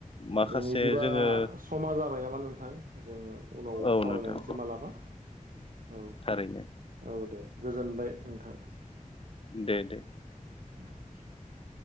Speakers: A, on the left; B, on the right.
A: माखासे
B: जों बिदिबा
A: जोङो
B: समा जाबाय नामा नोंथां जों उनाव
A: औ
B: सावरायलायनोसै
A: नोंथां
B: मालाबा औ
A: थारैनो
B: औ दे गोजोनबाय नोंथां
A: दे दे
B: <unintelligible>